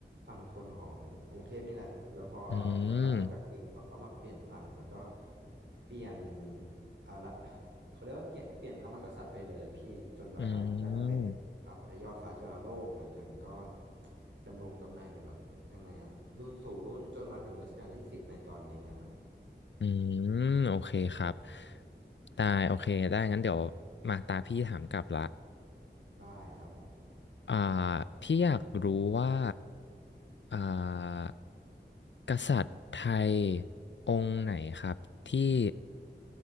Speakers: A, on the right; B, on the left.
A: ฝั่งทนของกรุงเทพนี่แหละ แล้วพอเป็นราชวงศ์จักรีเขาก็มาเปลี่ยนฝั่งแล้วก็
B: อืม
A: เปลี่ยนอ่าละ <laughs> <sighs> เขาเรียกว่าเกเปลี่ยนพระมหากษัตริย์ไปเลยอะพี่จนแบบว่าได้มาเป็นพระพุทธยอดฟ้าจุฬาโลกหลังจากนั้นก็
B: อืม
A: ดำรงตำแหน่งแบบยังไงอะรุ่นสู่รุ่นจนมาถึงรัชกาลที่สิบในตอนนี้อะครับ
B: อืมโอเคครับได้โอเคได้งั้นเดี๋ยวมาตาพี่ถามกลับละ
A: ได้ครับผม
B: อ่าพี่อยากรู้ว่าอ่ากษัตริย์ไทยองค์ไหนครับที่